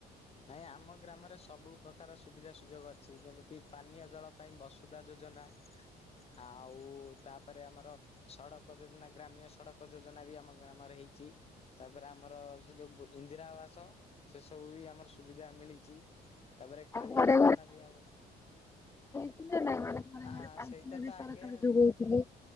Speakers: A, on the left; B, on the left.
A: ନାଇଁ ଆମ ଗ୍ରାମରେ ସବୁ ପ୍ର୍ରକାର ସୁବିଧା ସୁଯୋଗ ଅଛି ଯେମିତି ପାନୀୟ ଜଳ ପାଇଁ ବ ସୁଧା ଯୋଜନା ଆଉ ତାପରେ ଆମର ସଡ଼କ ଯୋଜନା ଗ୍ରାମ୍ୟ ସଡକ ଯୋଜନା ବି ଆମ ଗ୍ରାମରେ ହେଇଛି। ତାପରେ ଆମର ସେ ଯୋଉ ଇ ନ୍ଦିରା ଆବାସ ସେ ସବୁ ବି ଆମର ସୁବିଧା ମିଳିଛି ତାପରେ କାଳିଆ
B: ଆଉ ଘରେ
A: ଯୋଜନା ବି ଆମର
B: ନାଇଁ ନାଇଁ ଘରେ
A: ହଁ
B: ଘରେ ପାଇଖୀନ
A: ସେଇଟା ତ
B: ବି ସରକାର
A: ଆଗେ
B: ଯୋଗଉଥିଲେ।